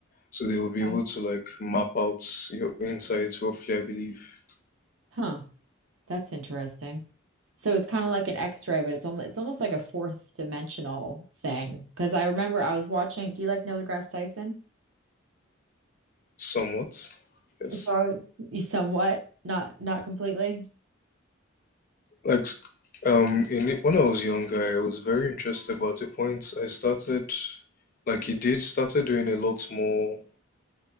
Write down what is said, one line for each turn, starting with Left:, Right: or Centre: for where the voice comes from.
Left: So they would
Right: Okay.
Left: be able to like map out your insides roughly, I believe,
Right: Huh, that's interesting. So it's kind of like an X-ray, but it's almost it's almost like a fourth dimensional thing. Because I remember I was watching. Do you like Neil deGrasse Tyson?
Left: somewhat. Yes.
Right: So I was, you somewhat, not not completely.
Left: Like um in when I was younger, I was very interested, but at a point I started like he did started doing a lot more